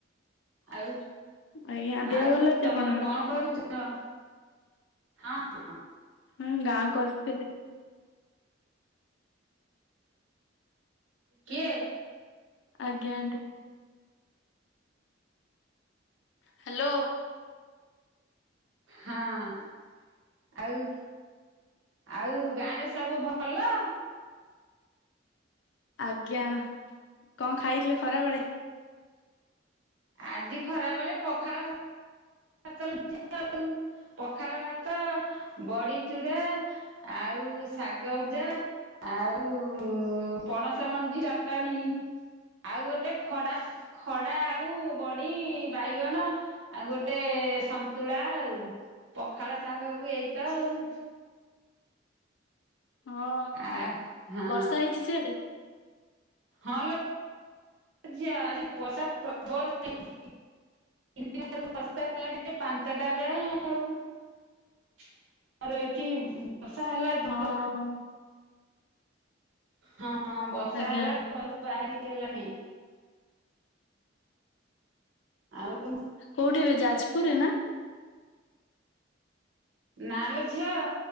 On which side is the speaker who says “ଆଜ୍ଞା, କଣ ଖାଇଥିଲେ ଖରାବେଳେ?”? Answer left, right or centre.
Left